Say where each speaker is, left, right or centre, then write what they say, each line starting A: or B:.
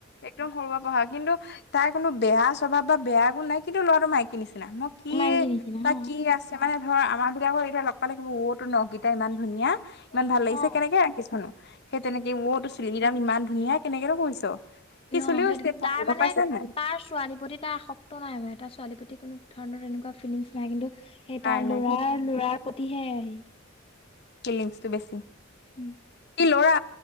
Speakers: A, on the left; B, on the left.
A: একদম সৰুৰে পঢ়া, কিন্তু তাই কোনো বেয়া স্বভাৱ বা বেয়া গুণ নাই। কিন্তু ল'ৰাটো মাইকী নিচিনা। মই কি
B: মাইকী নিচিনা
A: তাক
B: অ
A: কি আছে। মানে ধৰ আমাৰ বিলাকৰ এতিয়া লগ পালে কব অ টোৰ নখ কেইতা ইমান ধুনীয়া, ইমান ভাল, লাগিছে
B: অ
A: কেনেকে ৰাখিছোনো? সেই তেনেকে ৱ টো চুলি কেইডাল ইমান ধুনীয়া কেনেকে নহ কৰিছ? সি
B: অ,
A: চুলিও
B: সেইটো
A: ষ্ট্ৰেট কৰে
B: তাৰ মানে
A: গম পাইছা নাই
B: তাৰ ছোৱালী। প্ৰতি এটা আসক্ত নাই মানে। এটা ছোৱালীৰ প্ৰতি কোনো ধৰণৰ তেনেকুৱা ফিলিংছ নাই। কিন্তু সেই,
A: নাই
B: তাৰ
A: নাই
B: লৰাৰ- লৰাৰ প্ৰতিহে আৰ্হি
A: কিলিংছটো বেছি।
B: উম।
A: সি ল'ৰা।